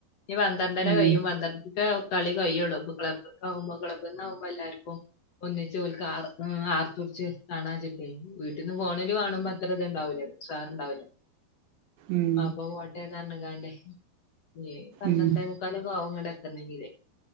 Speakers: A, on the left; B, on the right.
A: ഇഞ് വന്ന പന്ത്രണ്ടര
B: ഉം
A: കഴിയും പന്ത്രണ്ടൊക്ക കളി കിയുള്ളൂ അപ്പോ ക്ലബ്ബ് ആകുമ്പോൾ ക്ലബ്ബ് ആകുമ്പോൾ എല്ലാവർക്കും ഒന്നച്ച് ഓൽക്ക് ആ ആർത്ത് പുടിച്ച് കാണാ വെച്ചിട്ട് വീട്ടിന്ന് ഫേണില് കാണുമ്പോ അത്ര അത് ഉണ്ടാവില്ലല്ലോ ഉസാറണ്ടാവില്ലേ
B: ഉം
A: അപ്പൊ പോട്ടെ എന്ന് പറഞ് കാണ്ട് ഇഞ് പന്ത്രണ്ടേ
B: ഉം
A: മുക്കാല് ഒക്കെ ആവും ഇങ്ങട്ട് എത്തണെങ്കില്